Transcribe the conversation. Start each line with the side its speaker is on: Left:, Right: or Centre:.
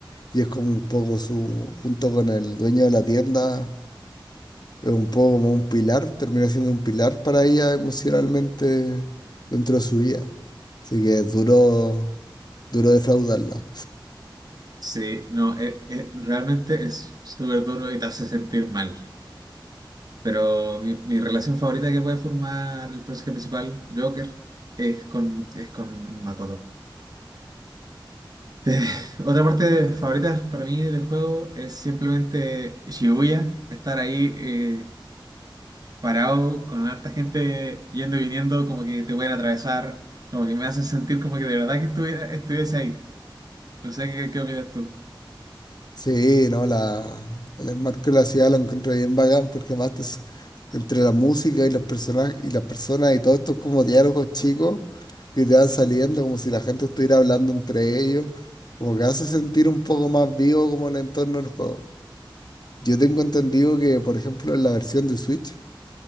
Left: Y es como un poco su, junto con el dueño de la tienda es un poco como un pilar, termina siendo un pilar para ella emocionalmente dentro de su vida. Así que es duro, duro defraudarla.
Right: sí, no, eh, eh, realmente es súper duro y te hace sentir mal. Pero mi, mi relación favorita que puede formar el personaje principal, Joker, es con, es con Makoto. Eh, <laughs> otra parte favorita para mí del juego es simplemente Shibuya, estar ahí eh, parado con harta gente yendo y viniendo, como que te pueden atravesar, como que me hacen sentir como que de verdad que estuviera, estuviese ahí. No sé qué, qué opinas tú.
Left: Sí, no, la, el enmarco de la ciudad lo encuentro bien bacán porque además te s- entre la música y los personajes y las personas y todos estos como diálogos chicos que te van saliendo como si la gente estuviera hablando entre ellos, como que hace sentir un poco más vivo como el entorno del juego. Yo tengo entendido que, por ejemplo, en la versión de Switch